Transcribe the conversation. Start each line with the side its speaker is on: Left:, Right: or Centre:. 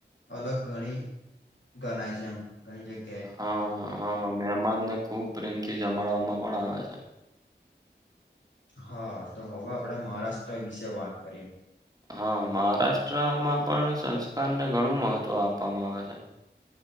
Left: અલગ ગણી ગણાય છે એમ ઘણી જગ્યા
Right: હા હ હા મહેમાન ને ખુબ પ્રેમથી જમાડવામાં પણ આવે છે.
Left: હા તો હવે આપડે મહારાષ્ટ્ર વિશે વાત કરીએે
Right: હા મહારાષ્ટ્રમાં પણ સંસ્કારને ઘણું મહત્વ આપવામાં આવે છે.